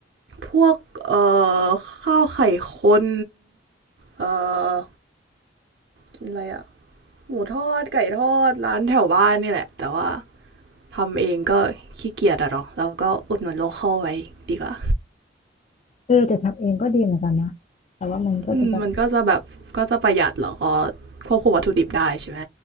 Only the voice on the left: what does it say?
เออแต่ทำเองก็ดีเหมือนกันนะแต่ว่ามันก็จะแบบ